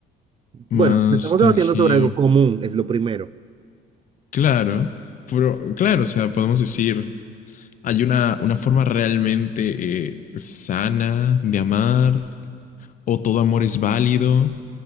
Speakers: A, on the right; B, on the left.
A: bueno,
B: más
A: no estamos
B: tangible.
A: debatiendo sobre algo común, es lo primero.
B: Claro, pero claro, o sea, podemos decir, hay una, una forma realmente eh, sana de amar, o todo amor es válido,